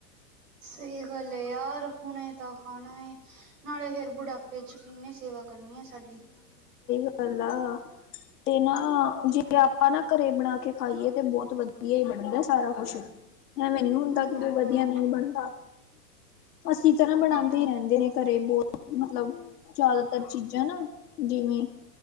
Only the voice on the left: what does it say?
ਗੱਲਾ ਤੇ ਨਾ
ਜੇ ਆਪਾਂ ਨਾ, ਘਰੇ ਬਣਾ ਕੇ, ਖਾਈਏ ਤੇ, ਬਹੁਤ ਵਧੀਆ ਹੀ ਬਣੇਗਾ ਸਾਰਾ ਕੁਛ ਹੀ ਐਵੇਂ ਨਹੀਂ ਹੁੰਦਾ
ਕਿ ਕੋਈ
ਵਧੀਆ ਨਹੀਂ ਬਣਦਾ। ਅਸੀਂ ਤਾਂ ਨਾ ਬਣਾਉਦੇ
ਹੀ, ਰਹਿੰਦੇ ਨੇ ਘਰੇ ਬਹੁਤ ਮਤਲਬ ਜ਼ਿਆਦਾ ਤਰ ਚੀਜ਼ਾਂ ਨਾ, ਜਿਵੇਂ